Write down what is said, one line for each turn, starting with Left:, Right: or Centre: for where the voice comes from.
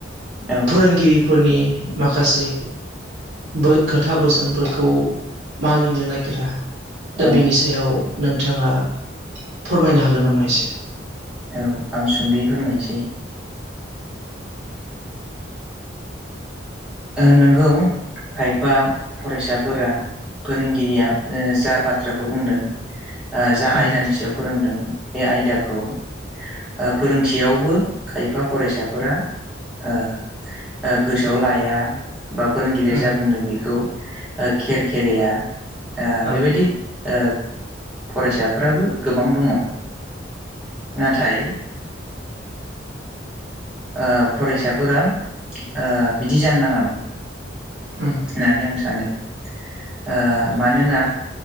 Centre: औ
Right: फोरोंगिरि फोरनि माखासे बो खोथा बोसोनफोरखौ मानिनो नागिरा दा
Centre: औ
Right: बिनि सायाव नोंथाङा फोरमायनो हागोन नामा एसे
Centre: औ आं सुंदयै फोरमायसै औ नोंगौ खायफा फरायसाफोरा फोरोंगिरिया ओ जा बाथ्राखौ बुंदों ओ जा
Right: उम
Centre: आयदानि सायाव फोरोंदों बे आयदाखौ ओ फोरोंसेयावबो खायफा फरायसाफोरा ओ ओ गोसोआव लाया बा फोरोंगिरिया
Right: उम
Centre: जा बुंदों बेखौ ओ खेर खेराया ओ
Right: औ
Centre: बेबायदि ओ फरायसाफोराबो गोबां दङ नाथाय ओ ओ फरायसाफोरा ओ बिदि जानो नाङामोन
Right: उम
Centre: होननानै आं सानो ओ
Right: औ
Centre: मानोना